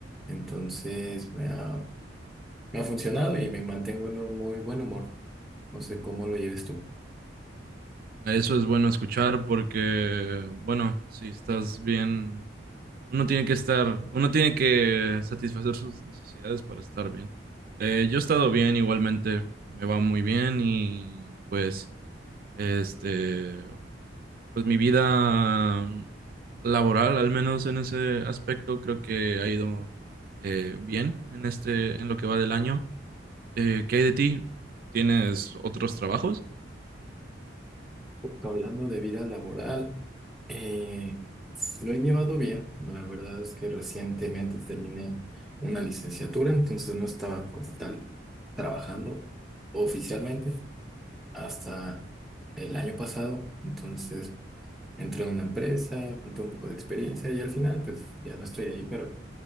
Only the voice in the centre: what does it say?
Entonces me ha, me ha funcionado y me mantengo en un muy buen humor. No sé cómo lo lleves tú.
Hablando de vida laboral. Eh, lo he llevado bien. La verdad es que recientemente terminé una licenciatura, entonces no estaba como tal trabajando oficialmente hasta el año pasado. Entonces entré en una empresa, junté un poco de experiencia y al final pues ya no estoy ahí, pero